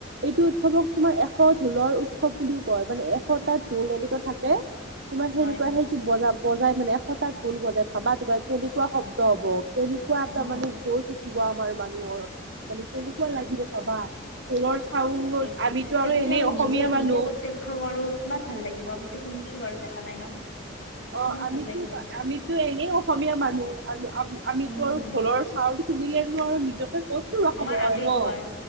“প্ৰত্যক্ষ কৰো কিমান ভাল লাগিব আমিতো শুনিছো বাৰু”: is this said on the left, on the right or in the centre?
Left